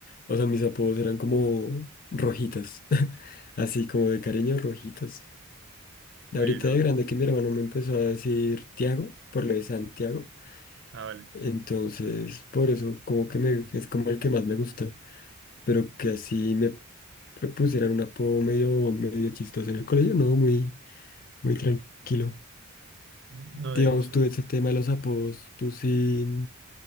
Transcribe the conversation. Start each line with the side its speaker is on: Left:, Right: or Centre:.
Left: O sea, mis apodos eran como rojitas, <laughs> así como de cariño, rojitas.
Right: Oye,
Left: Ahorita
Right: no.
Left: de grande que mi hermano me empezó a decir Tiago, por lo de Santiago.
Right: Ah, vale.
Left: Entonces, por eso, como que me, es como el que más me gusta. Pero que así me propusieran un apodo medio, medio chistoso en el colegio, no, muy, muy tranquilo.
Right: No,
Left: Digamos,
Right: de hecho,
Left: tú ese tema de los apodos, ¿tú sí,